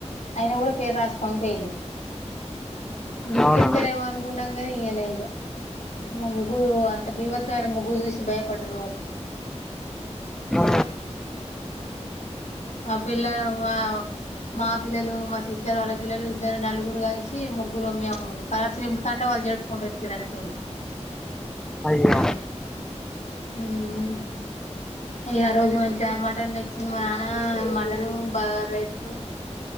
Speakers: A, on the left (about 75°); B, in the centre.
A: అయిన కూడా పేరు రాసుకొని పోయిళి గిఫ్ట్
B: అవునా
A: ఇత్తరు ఎవ కున్నాంగాని ఇయలేదు మా ముగ్గు అంత భీవత్మైన ముగ్గు చూసి భయపడరు వాళ్ళు
B: ఆ,
A: ఆ పిల్ల మా మా పిల్లలు మా సిస్టర్ వాళ్ళ పిల్లలు ఇద్దరు నలుగురు కలిసి ముగ్గులు మేము కలర్స్ నింపుతంటే వాళ్ళు జడుపుకుంటూ వచ్చారుని ఫ్రెండ్స్
B: అయ్యో
A: హమ్ ఆ రోజు మంచిగా మటన్ తెచ్చింది మా నాన్న మటన్ బగర్ రైస్